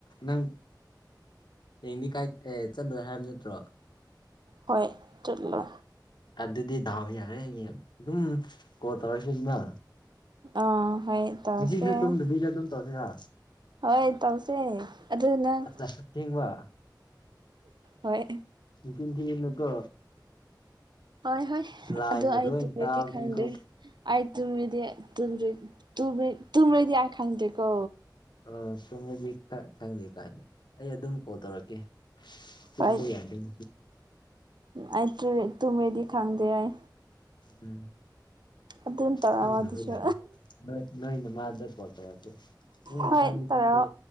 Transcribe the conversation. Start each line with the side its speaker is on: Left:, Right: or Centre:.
Left: ꯅꯪ ꯌꯦꯡꯗꯤ ꯀꯥꯏ ꯑꯦ ꯆꯠꯂꯣꯏ ꯍꯥꯏꯕ ꯅꯠꯇ꯭ꯔꯣ?
Right: ꯍꯣꯏ ꯆꯠꯂꯣ
Left: ꯑꯗꯨꯗꯤ ꯗꯥꯎ ꯌꯥꯔꯦ ꯍꯌꯦꯡ ꯑꯗꯨꯝ ꯀꯣ ꯇꯧꯔꯁꯤ ꯑꯗꯨꯅ
Right: ꯑꯥ ꯍꯣꯏ ꯇꯧꯔꯁꯦ
Left: ꯉꯁꯤꯁꯨ ꯇꯨꯝꯗꯕꯤꯁꯨ ꯑꯗꯨꯝ ꯇꯧꯁꯤꯔ
Right: ꯍꯣꯏ ꯇꯧꯁꯦ ꯑꯗꯨꯅꯪ
Left: ꯑꯁ ꯑꯁꯦꯡꯕ
Right: ꯍꯣꯏ
Left: ꯅꯨꯄꯤꯟ ꯊꯤꯒꯅꯨꯀꯣ꯫
Right: ꯍꯣꯏ ꯍꯣꯏ
Left: ꯂꯥꯏꯅ
Right: ꯑꯗꯨ ꯑꯩ
Left: ꯂꯣꯏ
Right: ꯇꯨꯝꯗꯗꯤ
Left: ꯇꯥꯕꯅꯤꯀꯣ
Right: ꯈꯪꯗꯦ꯫ ꯑ ꯇꯨꯝꯔꯤꯗꯤ ꯇꯦ ꯇ ꯇꯨ꯭ꯔꯦꯗꯤ ꯑ ꯈꯥꯡꯗꯦꯀꯣ
Left: ꯑ ꯇꯨꯡꯉꯖꯤ ꯈꯪꯗꯦ ꯀꯥꯏꯅ ꯑꯩ ꯑꯗꯨꯝ ꯀꯣꯜ ꯇꯧꯔꯛꯀꯦ ꯇꯨꯝꯕ
Right: ꯍꯣꯏ
Left: ꯌꯥꯗꯣꯏ
Right: ꯑꯩ ꯇꯨꯝꯦꯗꯤ ꯈꯪꯗꯦ ꯑꯩ
Left: ꯎꯝ
Right: ꯑꯗꯨꯝ ꯇꯧꯔꯛꯑꯣ
Left: ꯈꯪꯗꯕꯅꯅꯦ
Right: ꯑꯗꯨꯁꯨ
Left: ꯅꯣꯏꯅꯣꯏ ꯃꯥꯗꯣ ꯀꯣꯜ ꯇꯧꯔꯛꯀꯦ ꯅꯣꯢꯅꯆꯥꯅꯨꯄꯤꯗꯣ
Right: ꯍꯣꯏ ꯇꯧꯔꯛꯑꯣ